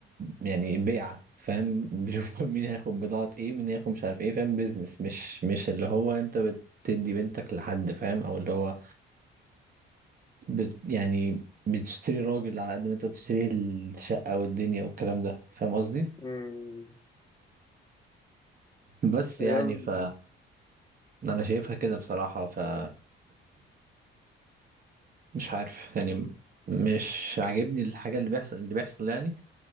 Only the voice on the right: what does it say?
يعني بيعة فاهم بيشوفوا <laughs> مين هياخد بضاعة ايه مين هياخد مش عارف ايه فاهم بيزنس مش مش اللي هو انت بتدي بنتك لحد فاهم او اللي هو بت يعني بتشتري راجل على قد ما انت بتشتري الشقة والدنيا والكلام ده فاهم قصدي
بس
يعني
ف انا شايفها كده بصراحة ف <clears throat> مش عارف يعني مش عاجبني الحاجة اللي بيحصل اللي بيحصل يعني